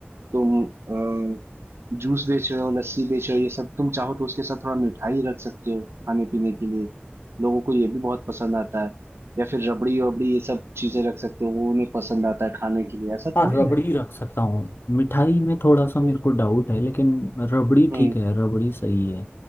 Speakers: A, on the right; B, on the left.
A: तुम जूस बेच रहे हो लस्सी बेच रहे हो ये सब तुम चाहो तो उसके साथ थोड़ा मिठाई रख सकते हो खाने पीने के लिए लोगों को ये भी बहुत पसंद आता है या फिर रबड़ी वबड़ी ये सब चीजें रख सकते हो वो उन्हें पसंद आता है खाने के लिए ऐसा
B: हाँ
A: थोड़ी
B: रबड़ी
A: है
B: रख सकता हूँ मिठाई में थोड़ा
A: तो
B: सा
A: फिर
B: मेरे को डाउट है लेकिन रबड़ी
A: हम्म
B: ठीक है रबड़ी सही है